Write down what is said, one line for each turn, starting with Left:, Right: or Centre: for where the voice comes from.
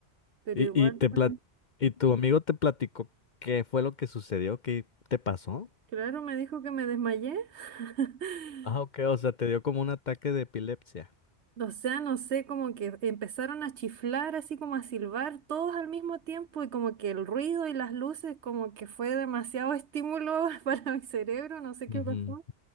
Right: Pero
Left: ¿Y,
Right: igual...
Left: y te
Right: fue.
Left: plat- y tu amigo te platicó qué fue lo que sucedió, qué te pasó?
Right: Claro, me dijo que me desmayé. <laughs>
Left: Ah, ok, o sea, te dio como un ataque de epilepsia.
Right: O sea, no sé, como que empezaron a chiflar, así como a silbar todos al mismo tiempo y como que el ruido y las luces, como que fue demasiado estímulo <laughs> para mi cerebro, no sé
Left: Ujú,
Right: qué pasó.